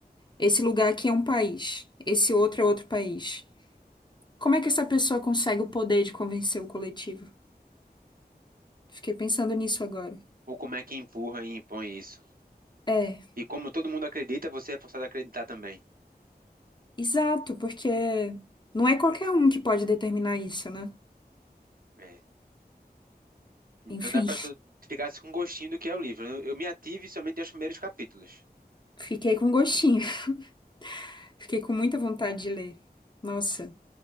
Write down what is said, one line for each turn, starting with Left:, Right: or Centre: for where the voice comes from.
Left: esse lugar aqui é um país, esse outro é outro país. Como é que essa pessoa consegue o poder de convencer o coletivo? Fiquei pensando nisso agora.
Right: Ou como é que empurra e impõe isso?
Left: É,
Right: E como todo mundo acredita, você é forçado a acreditar também.
Left: exato, porque não é qualquer um que pode determinar isso, né?
Right: É, Não
Left: Enfim,
Right: dá pra tu ficar assim com gostinho do que é o livro. Eu, eu me ative somente aos primeiros capítulos.
Left: <laughs> fiquei com gostinho, <laughs> fiquei com muita vontade de ler. Nossa.